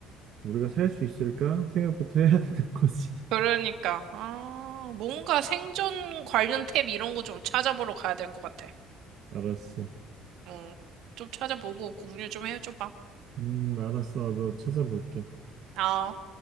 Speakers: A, on the right (about 50°); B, on the right (about 70°).
A: 우리가 살 수 있을까 생각부터 해야 되는 거지. <laughs>
B: 그러니까, 아, 뭔가 생존 관련 탭 이런 거 좀 찾아보러 가야 될 것 같아.
A: 알았어.
B: 어, 좀 찾아보고 공유 좀 해줘봐.
A: 음, 알았어. 나도 찾아볼게.
B: 아.